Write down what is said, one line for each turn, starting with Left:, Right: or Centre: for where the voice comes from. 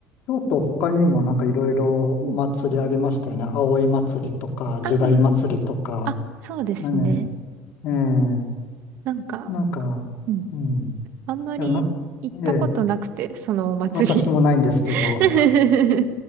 Left: 京都他にもなんかいろいろお祭りありましたよね。
Right: うん
Left: 葵祭りとか、
Right: あ
Left: 時代祭りとか。
Right: あ、あ、そうですね。
Left: 何です。ええ
Right: なんか、
Left: なんか、
Right: うん。
Left: うん。い
Right: あんまり行ったことなくて、
Left: や、な、ええ
Right: そのお祭り。
Left: 私もないんですけど。
Right: <laughs>